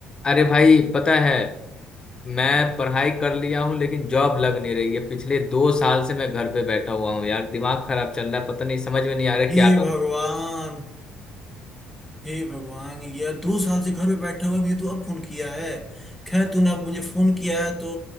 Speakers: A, on the left; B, in the centre.
A: अरे भाई पता है मैं पढ़ाई कर लिया हूँ लेकिन जॉब लग नहीं रही है पिछले दो साल से मैं घर पे बैठा हुआ हूँ यार दिमाग खराब चल रहा है पता नहीं समझ में नहीं आ रहा है
B: हे
A: क्या करूँ
B: भगवान हे भगवान ये दो साल से घर में बैठा हुआ भी तू अब फोन किया है खैर तूने अब मुझे फोन किया है तो